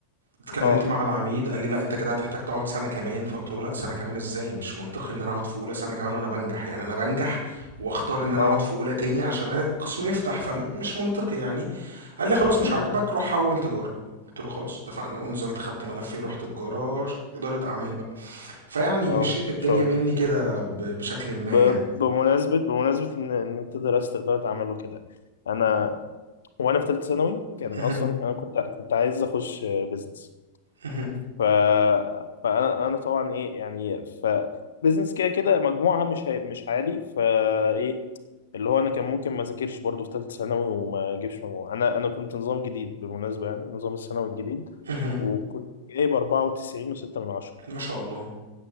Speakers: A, on the right (about 70°); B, on the left (about 65°).
A: اتكلمت
B: اه
A: مع العميد قال لي لا انت كده هتحتاج تقعد سنه كمان فقلت له لا سنه كمان ازاي مش منطقي ان انا اقعد في اولى سنه كمان وانا بنجح يعني انا بنجح واختار ان انا
B: اه
A: اقعد في اولى تاني عشان القسم يفتح فمش منطقي يعني قال لي خلاص مش
B: أمم.
A: عاجبك روح حول تجاره قلت له خلاص اتفقنا ونزلت خدت ملفي ورحت تجاره اداره اعمال بقى فيعني
B: اه
A: مشيت
B: ان
A: الدنيا
B: شاء الله
A: مني كده ب- بشكل ما
B: ب...
A: يعني
B: بمناسبة بمناسبة ان إن انت درست ادارة اعمال وكده انا وانا في ثالثة ثانوي كان
A: مهم.
B: اصلا انا كنت كنت عايز اخش بيزنس
A: مهم.
B: ف... فانا انا طبعا ايه يعني ف بيزنس كده كده مجموعها مش هي... مش عالي فايه اللي هو انا كان ممكن ما اذاكرش برضو في ثالثه ثانوي وما اجيبش مجموع انا انا كنت نظام جديد بالمناسبه يعني نظام الثانوي الجديد
A: مهم.
B: وكنت جايب 94 و6 من عشرة
A: ما شاء الله